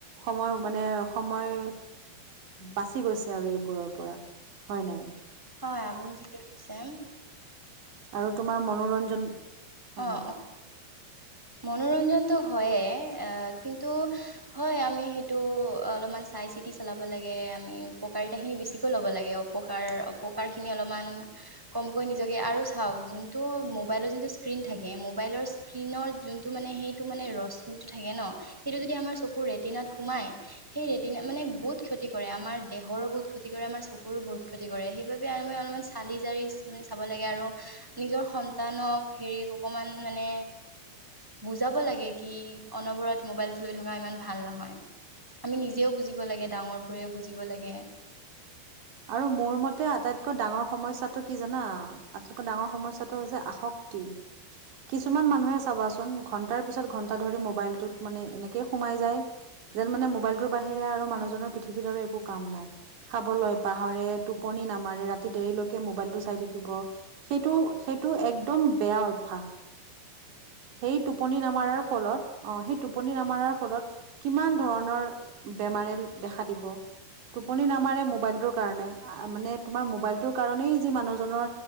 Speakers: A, on the right; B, in the centre.
A: সময় মানে সময় বাচি গৈছে আৰু এইবোৰৰ পৰা হয় নাই?
B: হয় আপুনি ঠিকে আছে।
A: আৰু তোমাৰ মনোৰঞ্জন হয়
B: অ অ। মনোৰঞ্জনটো হয় এ কিন্তু আমি সেইটো অলপমান চাই চিটি চলাব লাগে আমি উপকাৰিতা খিনি বেছিকৈ ল'ব লাগে অপকাৰ অপকাৰ খিনি অলপমান কমকৈ নিজকে আৰু চাওক যোনটো মোবাইলৰ যোনটো স্ক্ৰীন থাকে মোবাইলৰ স্ক্ৰীনঅত যোনটো মানে সেইটো মানে ৰশ্মিটো থাকে ন সেইটো যদি আমাৰ চকু ৰেটিনাত সোমাই সেই ৰেদিনাত মানে বহুত ক্ষতি কৰে আমাৰ দেহৰো বহুত ক্ষতি কৰে আমাৰ চকুৰো বহুত ক্ষতি কৰে সেইবাবে আমি অলপমান চালি জাৰি মানে চাব লাগে আৰু নিজৰ সন্তানক হেৰি অকমান মানে বুজাব লাগে কি অনবৰত মোবাইলটো লৈ থকা ইমান ভাল নহয়। আমি নিজেও বুজিব লাগে ডাঙৰ বোৰেও বুজিব লাগে।
A: আৰু মোৰ মতে আটাইতকৈ ডাঙৰ সমস্যাটো কি জানা আটাইতকৈ ডাঙৰ সমস্যাটো হৈছে কিছুমান মানুহে চাবাচোন ঘণ্টা পিছত ঘণ্টা ধৰি মোবাইলটো এনেকে সোমাই যায় যেন মানে মোবাইলটোৰ বাহিৰে আৰু মানুহনৰ পৃথিৱীত আৰু একো কাম নাই। খাবলৈ পাহৰে টোপনি নামাৰে ৰাতি দেৰিলৈকে মোবাইলটো চাই থাকিব সেইটো সেইটো এক্দম বেয়া অভ্যাস।
B: উ!
A: সেই টোপনি নামৰাৰ ফলত অ সেই টোপনি নামাৰাৰ ফলত কিমান ধৰণৰ বেমাৰে দেখা দিব টোপনি নামাৰে মোবাইলটোৰ কাৰণে মানে তোমাৰ মোবাইলটোৰ কাৰণেই যি মানুহজনৰ